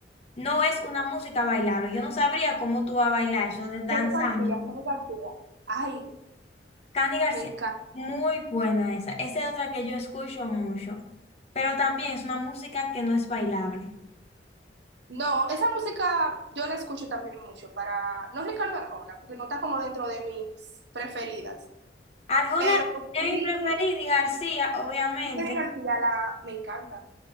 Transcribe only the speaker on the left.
no es una música bailable. Yo no sabría cómo tú vas a bailar eso de danzando.
Candy García,
muy buena esa. Esa es otra que yo escucho mucho, pero también es una música que no es bailable.
Arjona
es
mi preferida y García, obviamente,